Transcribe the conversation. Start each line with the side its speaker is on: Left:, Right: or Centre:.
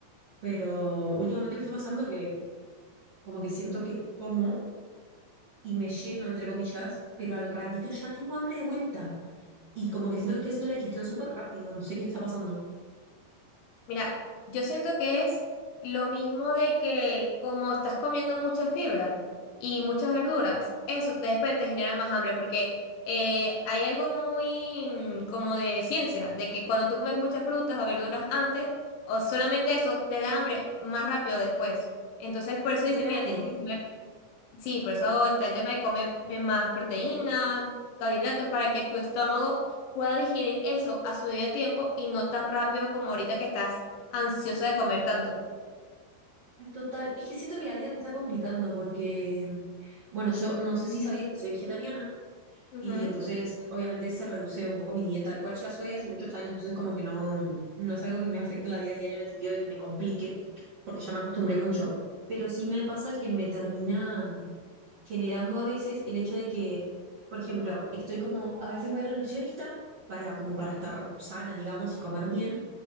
Right: Pero últimamente me está pasando que como que siento que como y me lleno, entre comillas, pero al ratito ya tengo hambre de vuelta. Y como que siento que estoy haciendo la digestión súper rápido. No sé qué está pasando.
Left: Mira, yo siento que es lo mismo de que como estás comiendo mucha fibra y muchas verduras, eso te, después te genera más hambre porque eh, hay algo muy mm, como de ciencia, de que cuando tú comes muchas frutas o verduras antes, o solamente eso, te da hambre más rápido después. Entonces, por eso
Right: Claro.
Left: dice, mira, tienes que comer. Sí, por eso está el tema de comer más proteínas, carbohidratos, para que tu estómago pueda digerir eso a su debido tiempo y no tan rápido como ahorita que estás ansiosa de comer tanto.
Right: Ay, Total, es que siento que la vida me está complicando porque, bueno, yo no sé si sabías que soy vegetariana
Left: Ujú,
Right: y entonces obviamente se reduce un poco mi dieta. Igual ya soy hace muchos años, entonces como que no, no es algo que me afecte en la vida diaria en el sentido de que me complique, porque ya me acostumbré mucho. Pero sí me pasa que me termina generando a veces el hecho de que, por ejemplo, estoy como, a veces voy a la nutricionista para, como para estar sana, digamos, y comer bien.